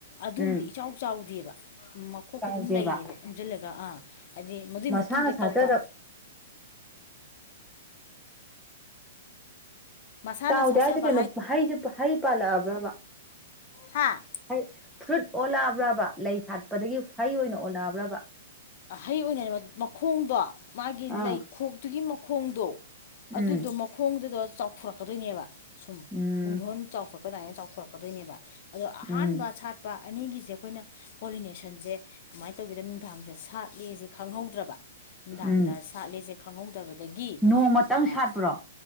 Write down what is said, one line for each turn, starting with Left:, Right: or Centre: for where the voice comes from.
Left: ꯑꯗꯣꯝꯗꯤ
Centre: ꯎꯝ
Left: ꯏꯆꯥꯎ ꯆꯥꯎꯗꯦꯕ ꯃꯈꯣꯛꯇꯣ
Centre: ꯆꯥꯎꯗꯦꯕ
Left: ꯑꯗꯨꯝ ꯂꯩꯔꯕ ꯎꯝꯁꯤꯜꯂꯒ ꯑꯥ ꯍꯥꯏꯗꯤ ꯃꯏ
Centre: ꯃꯁꯥꯅ
Left: ꯃꯇꯨꯡꯗ
Centre: ꯁꯥꯖꯔꯛ
Left: ꯇꯧꯕ ꯃꯁꯥꯅ
Centre: ꯆꯥꯎꯗꯦ
Left: ꯁꯥꯆꯕ
Centre: ꯍꯥꯏꯁꯦ ꯀꯩꯅꯣ ꯍꯩꯁꯦ ꯍꯩ ꯄꯥꯜꯂꯛꯑꯕ꯭ꯔꯕ
Left: ꯍꯥ
Centre: ꯍꯩ ꯐ꯭ꯔꯨꯏꯠ ꯑꯣꯜꯂꯛꯑꯕ꯭ꯔꯕ ꯂꯩ ꯁꯥꯠꯄꯗꯒꯤ ꯍꯩ ꯑꯣꯏꯅ ꯑꯣꯜꯂꯛꯑꯕ꯭ꯔꯕ
Left: ꯑꯍꯩ ꯑꯣꯏꯅꯔꯤꯕ ꯃꯈꯣꯡꯗꯣ ꯃꯥꯒꯤ
Centre: ꯑꯥ
Left: ꯂꯩꯈꯣꯛꯇꯨꯒꯤ ꯃꯈꯣꯡꯗꯣ
Centre: ꯎꯝ
Left: ꯑꯗꯨꯗꯣ ꯃꯈꯣꯡꯗꯨꯗꯣ ꯆꯥꯎꯊꯣꯔꯛꯀꯗꯣꯏꯅꯦꯕ ꯁꯨꯝ
Centre: ꯎꯝ
Left: ꯄꯨꯡꯗꯣꯟ ꯆꯥꯎꯊꯣꯛꯔꯛꯄꯗꯥꯏꯅ ꯆꯥꯎꯊꯣꯔꯛꯀꯗꯣꯏꯅꯦꯕ ꯑꯗꯣ ꯑꯍꯥꯟꯕ
Centre: ꯎꯝ
Left: ꯁꯥꯠ ꯄꯥ ꯑꯅꯤꯒꯤꯁꯦ ꯑꯩꯈꯣꯏꯅ ꯄꯣꯂꯤꯅꯦꯁꯟꯁꯦ ꯀꯃꯥꯏꯅ ꯇꯧꯒꯦꯗ ꯅꯨꯡꯗꯥꯡꯁꯦ ꯁꯥꯠꯂꯁꯦ ꯈꯪꯍꯧꯗ꯭ꯔꯕ ꯅꯨꯡꯗꯥꯡꯗ
Centre: ꯎꯝ
Left: ꯁꯥꯠꯂꯦꯁꯦ ꯈꯪꯍꯧꯗꯕꯗꯒꯤ
Centre: ꯅꯣꯡꯃꯇꯪ
Left: ꯑꯥ
Centre: ꯁꯥꯠꯄ꯭ꯔꯣ